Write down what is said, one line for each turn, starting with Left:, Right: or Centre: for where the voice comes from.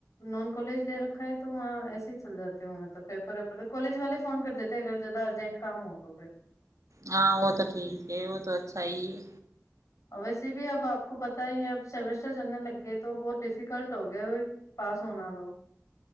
Left: نان کالج لے رکھا ہے تو وہاں ایسے ہی چل جاتے ہ مطلب پیپر ویپر کالج والے فون کر دیتے تھ اگر جد ارجنٹ کام ہو تو پھر
Right: ہاں وہ تو ٹھیک ہے وہ تو اچھا ہی ہے
Left: ویسے بھی اب آپ کو پت ہی اب سیمسٹر چلنے لگ گئے تو بہت ڈیفیکلٹ ہو گیا پاس ہونا تو